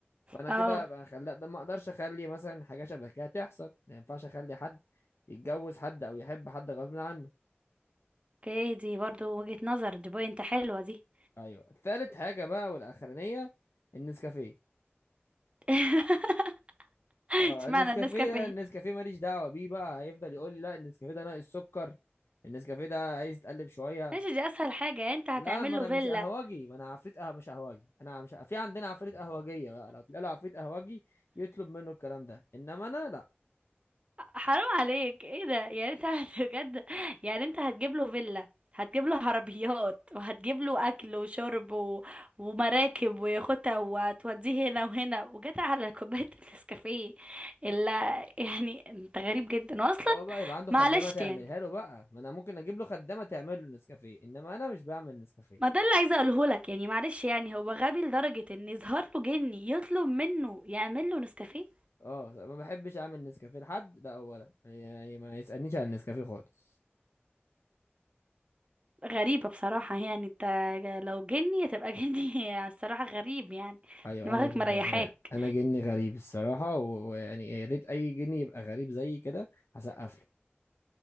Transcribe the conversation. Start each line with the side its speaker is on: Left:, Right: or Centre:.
Left: فانا
Right: اه
Left: كده ابقى خلا ده ما اقدرش اخلي مثلا حاجه شبه كده تحصل ما ينفعش اخلي حد يتجوز حد او يحب حد غصب عنه
Right: اوكي دي برضو وجهة نظر دي بوينت حلوة دي
Left: ايوه ثالث حاجه بقى والاخرانيه النسكافيه
Right: <laughs>
Left: اه
Right: اشمعنى
Left: النسكافيه
Right: النسكافيه
Left: ده النسكافيه ماليش دعوه بيه بقى هيفضل يقول لي لا النسكافيه ده ناقص سكر النسكافيه ده عايز تقلب شويه
Right: ماشي دي اسهل حاجة يعني انت هتعمل
Left: لا ما
Right: له
Left: انا
Right: فيلا
Left: مش قهوجي ما انا عفريت قهوه مش قهوجي انا مش في عندنا عفريت قهوجيه بقى لو تلاقي له عفريت قهوجي يطلب منه الكلام ده انما انا لا
Right: حرام عليك ايه ده يعني انت <laughs> هت- بجد يعني انت هتجيب له فيلا هتجيب له عربيات وهتجيب له اكل وشرب و... ومراكب ويخوتة وتوديه هنا وهنا وجت على كوباية النسكافيه الا يعني انت غريب جدا واصلا
Left: ما هو بقى يبقى عنده
Right: معلش
Left: خدامه تعملها
Right: يعني
Left: له بقى ما انا ممكن اجيب له خدامه تعمل له نسكافيه انما انا مش بعمل نسكافيه
Right: ما ده اللي عايزه اقوله لك يعني معلش يعني هو غبي لدرجه ان يظهر له جني يطلب منه يعمل له نسكافيه
Left: اه ما بحبش اعمل نسكافيه لحد ده اولا يعني ما يسالنيش عن النسكافيه خالص
Right: غريبه بصراحه يعني انت لو جني هتبقى <laughs> جني الصراحه غريب يعني
Left: ايوه
Right: دماغك
Left: انا
Right: مريحاك
Left: انا جني غريب الصراحه و- ويعني يا ريت اي جني يبقى غريب زي كده هسقف له